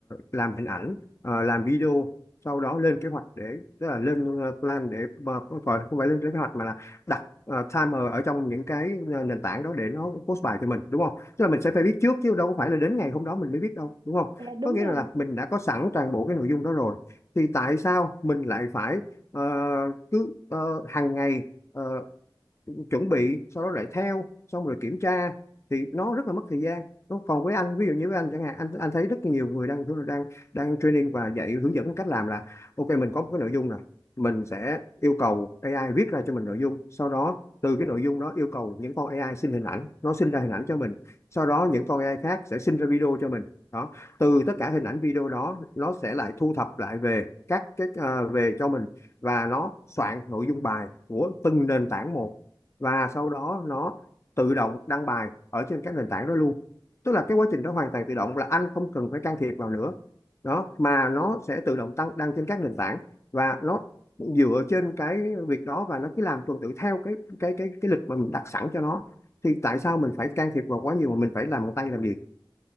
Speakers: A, on the left; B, on the right.
A: làm hình ảnh ờ, làm video sau đó lên kế hoạch để tức là lên ờ, plan để mà không phải không phải lên kế hoạch mà là đặt ờ, timer ở trong những cái ờ, nền tảng đó để nó post bài cho mình đúng không tức là mình sẽ phải biết trước chứ đâu có phải là đến ngày hôm đó mình mới biết đâu đúng không
B: dạ đúng
A: có nghĩa
B: rồi
A: là mình đã có sẵn toàn bộ cái nội dung đó rồi thì tại sao mình lại phải ờ, cứ ờ, hàng ngày ờ, chuẩn bị sau đó lại theo xong rồi kiểm tra thì nó rất là mất thời gian còn với anh ví dụ như với anh chẳng hạn anh anh thấy rất nhiều người đang đang đang training và dạy hướng dẫn cách làm là ok mình có một cái nội dung rồi mình sẽ yêu cầu AI viết ra cho mình nội dung sau đó từ cái nội dung đó yêu cầu những con AI xin hình ảnh nó sinh ra hình ảnh cho mình sau đó những con AI khác sẽ sinh ra video cho mình đó từ tất cả hình ảnh video đó nó sẽ lại thu thập lại về các cái à, về cho mình và nó soạn nội dung bài của từng nền tảng một và sau đó nó tự động đăng bài ở trên các nền tảng đó luôn tức là cái quá trình đó hoàn toàn tự động là anh không cần phải can thiệp vào nữa đó mà nó sẽ tự động tăng đăng trên các nền tảng và nó dựa trên cái việc đó và nó cứ làm tuần tự theo cái cái cái cái lịch mà mình đặt sẵn cho nó thì tại sao mình phải can thiệp vào quá nhiều mà mình phải làm bằng tay làm gì